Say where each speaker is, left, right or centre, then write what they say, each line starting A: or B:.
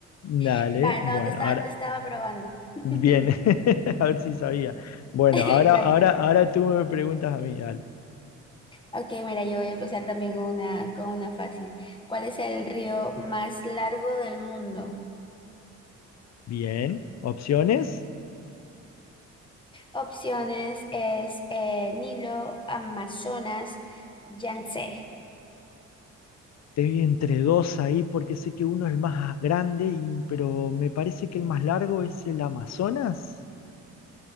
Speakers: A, on the left (about 60°); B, on the left (about 15°).
A: Dale,
B: <laughs> Va, no,
A: bueno,
B: te estaba,
A: ahora,
B: te estaba probando. <laughs>
A: bien, <laughs> a ver si sabía. Bueno,
B: Exacto.
A: ahora, ahora, ahora tú me preguntas a mí, dale.
B: Ok, mira, yo voy a empezar también con una, con una fácil. ¿Cuál es el río más largo del mundo?
A: Bien, opciones.
B: Opciones es eh, Nilo, Amazonas, Yangtze.
A: Te vi entre dos ahí porque sé que uno es el más grande, y- pero me parece que el más largo es el Amazonas.